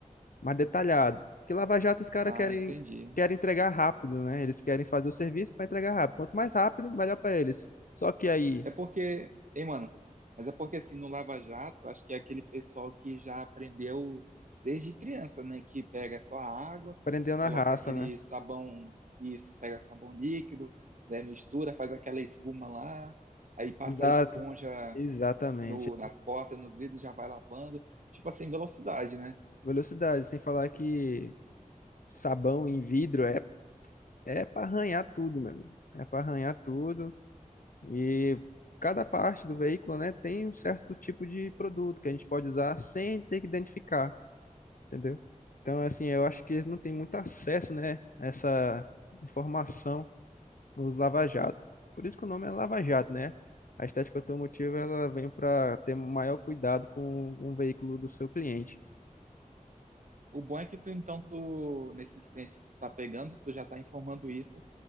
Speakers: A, on the left; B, on the right.
A: mais detalhado. Porque lava-jato os caras
B: Ah,
A: querem,
B: entendi.
A: querem entregar rápido, né? Eles querem fazer o serviço para entregar rápido. Quanto mais rápido, melhor para eles. Só que aí,
B: É porque, hein, mano? Mas é porque assim, no Lava Jato, acho que é aquele pessoal que já aprendeu desde criança, né? Que pega só a água,
A: prendeu na
B: coloca
A: raça,
B: aquele
A: né?
B: sabão, isso, pega sabão líquido, né? Mistura, faz aquela espuma lá, aí passa
A: Exato,
B: a esponja
A: exatamente.
B: no, nas portas, nos vidros, e já vai lavando, tipo assim, velocidade, né?
A: Velocidade, sem falar que sabão em vidro é, é para arranhar tudo, meu amigo. É para arranhar tudo. E cada parte do veículo, né, tem um certo tipo de produto que a gente pode usar sem ter que identificar, entendeu? Então, assim, eu acho que eles não têm muito acesso, né, a essa informação nos lava-jato. Por isso que o nome é lava-jato, né? A estética automotiva, ela vem para ter maior cuidado com o veículo do seu cliente.
B: O bom é que tu, então, tu, nesses clientes que tu tá pegando, tu já tá informando isso